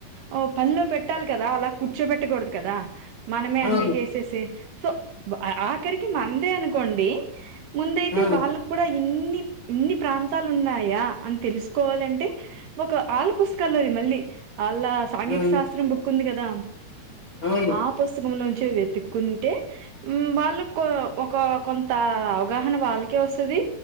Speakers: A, on the right; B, on the left.
A: ఆ పనిలో పెట్టాలి కదా అలా చ్చోపెట్టకూడదు కదా మనమే
B: అవును
A: అన్నీ చేసేసే సో ఆఖరి మందే అనుకోండి ముందైతే
B: ఆ!
A: వాళ్ళక్కూడా ఇం ఇన్ని ఇన్ని ప్రాంతాలు ఉన్నాయా అని తెలుసుకోవాలంటే ఒక ఆళ్ళ పుస్తకాల్లోరి మళ్ళీ ఆళ్ళ సాంఘిక
B: ఆ!
A: శాస్త్రం బుక్కుంది కదా
B: అవును.
A: ఆ పుస్తకం నుంచే వెతుక్కుంటే మ్ వాళ్ళుక్కూ ఒక కొంత గాహన వాళ్ళకీ వస్తుది